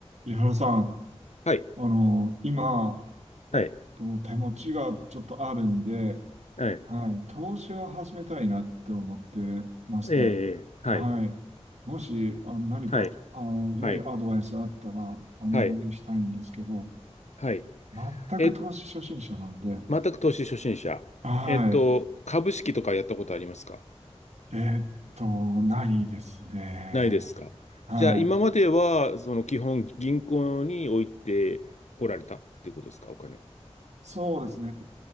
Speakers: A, on the right; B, on the left.
A: 井原さん、
B: はい、
A: あの、今、
B: はい、
A: と手持ちがちょっとあるんで、
B: はい、
A: はい、投資を始めたいなって思ってまして、
B: ええ、はい、
A: はい、もし、あの、何か、
B: はい、
A: あの、良いアドバイスあったらお願いしたいんですけど、
B: はい、はい、はい。
A: 全く投資初心者なんで、
B: え、全く投資初心者。
A: は
B: えっと、株式とかやったことありますか
A: い、えーっと、ないですね。
B: ないですかじゃあ、
A: はい。
B: 今までは、その基本銀行に置いておられたっていうことですかお金を。
A: そうですね。